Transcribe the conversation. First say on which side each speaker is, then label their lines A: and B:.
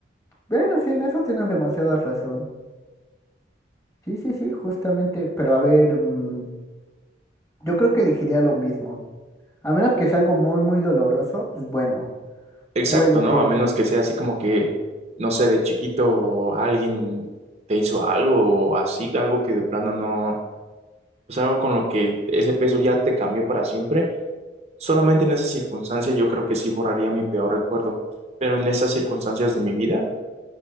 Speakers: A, on the left (about 15°); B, on the right (about 35°).
A: Bueno, sí, en eso tienes demasiada razón. Sí, sí, sí, justamente, pero a ver, mm, yo creo que elegiría lo mismo. A menos que sea algo muy, muy doloroso, pues bueno,
B: Exacto,
A: puede
B: ¿no?
A: ser.
B: A menos que sea así como que, no sé, de chiquito alguien te hizo algo o así, algo que de plano no, pues algo con lo que ese peso ya te cambió para siempre. Solamente en esa circunstancia yo creo que sí borraría mi peor recuerdo, pero en esas circunstancias de mi vida,